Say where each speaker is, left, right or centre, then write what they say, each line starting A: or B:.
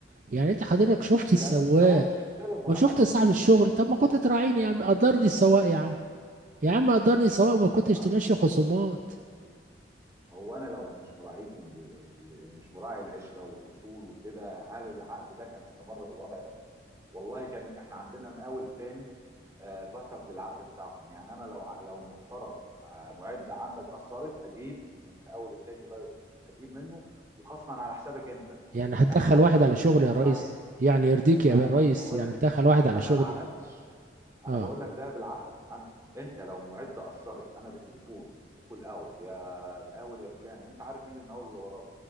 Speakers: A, on the right; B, on the right.
A: يعني انت حضرتك شفت السواق
B: لا لا ما هو مش هيتخرب ولا
A: وشفت
B: حاجه
A: صاحب الشغل
B: مش هيتخرب
A: طب ما
B: ولا
A: كنت
B: حاجه
A: تراعيني يا عم قدرني السواق يا عم يا عم قدرني السواق
B: يا باشا
A: وما كنتش
B: انا
A: تمشي خصومات
B: هو انا لو مش مراعيكم ال- ال- ومش مراعي العشره والاصول وكده هل العقد ده كان استمر بالوضع ده؟ والله كان احنا عندنا مقاول تاني آه، باك اب للعقد بتاعكم يعني انا لو ع- لو مفترض آه، معده عندك قصرت اجيب من المقاول التاني دايركت اجيب منه وخصما على حسابك انت
A: يعني
B: يعني
A: هتدخل
B: احاسب
A: واحد
B: عليك
A: على شغلي
B: انت واحط
A: يا ريس
B: عليك
A: يعني يرضيك
B: ما,
A: يا
B: ما
A: ريس
B: انا بقول
A: يعني تدخل واحد على
B: ما انا
A: شغلي
B: ما عملتش انا
A: اه
B: بقول لك ده بالعقل أنا... انت لو معده قصرت انا بالتليفون بكول اوت يا مقاول يا فلان وانت عارف مين المقاول اللي وراك